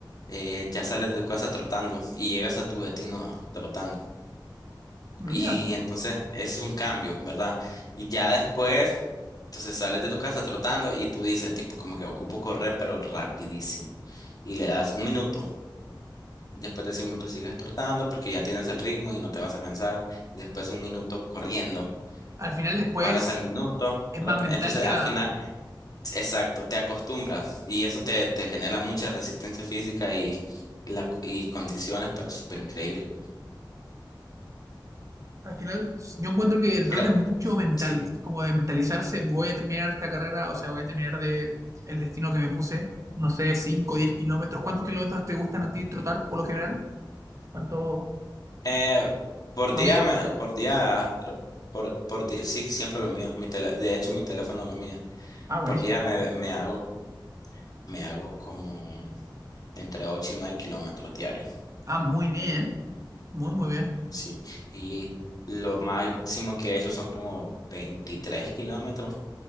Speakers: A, on the left; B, on the right.
A: eh, ya sales de tu casa trotando y llegas a tu destino trotando.
B: mira,
A: Y entonces ese es un cambio, ¿verdad? Y ya después, entonces sales de tu casa trotando y tú dices, tipo, como que ocupo correr, pero rapidísimo. Y le das un minuto. Después de ese minuto sigues trotando porque ya tienes el ritmo y no te vas a cansar. Después un minuto corriendo.
B: al final después
A: Paras el minuto,
B: es
A: trotas.
B: más mental
A: Entonces
B: que
A: al
B: nada,
A: final,
B: ¿no?
A: exacto, te acostumbras. Y eso te, te genera mucha resistencia física y, la, y condiciones, pero súper increíble.
B: Al final, yo encuentro que el trote
A: Creo-
B: es mucho mental,
A: Sí,
B: es como de mentalizarse, voy a terminar esta carrera, o sea, voy a terminar de el destino que me puse, no sé, 5, 10 kilómetros. ¿Cuántos kilómetros te gustan a ti trotar por lo general? ¿Cuánto
A: Eh, por
B: lo
A: día,
B: mide?
A: me- por día, por, por día, sí, siempre lo mío. Mi tele- de hecho, mi teléfono lo mío.
B: Ah, buenísimo.
A: Por día me, me hago, me hago como entre 8 y 9 kilómetros diarios.
B: Ah, muy bien, muy, muy bien.
A: Sí. Y lo máximo que he hecho son como 23 kilómetros.